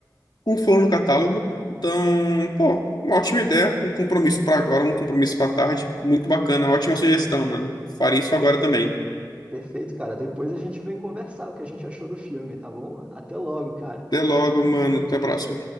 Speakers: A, on the left; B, on the right.
A: com flor no catálogo. Então, pô, uma ótima ideia. Um compromisso para agora, um compromisso para tarde. Muito bacana. Ótima sugestão, mano. Farei isso agora também.
B: Perfeito, cara. Depois a gente vem conversar o que a gente achou do filme, tá bom? Até logo, cara.
A: Até logo, mano. Até a próxima.